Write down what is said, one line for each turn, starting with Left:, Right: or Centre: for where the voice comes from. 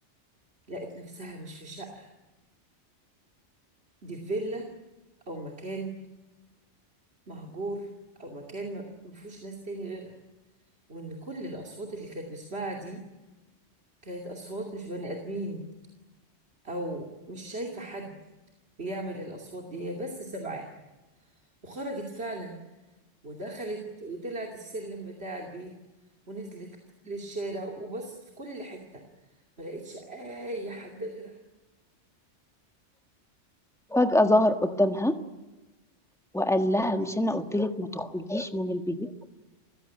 Right: لقت نفسها مش في شقة دي في فيلا أو مكان مهجور أو مكان ما ما فيهوش ناس تاني غيرها وإن كل الأصوات اللي كانت بتسمعها دي كانت أصوات مش بني آدمين أو مش شايفة حد بيعمل الأصوات دي هي بس سمعاها وخرجت فعلا ودخلت وطلعت السلم بتاع البيت ونزلت للشارع وبصت في كل حتة ما لقيتش اي حد غيرها
Centre: فجأة ظهر قدامها وقال لها مش انا قلتلك ما تخرجيش من البيت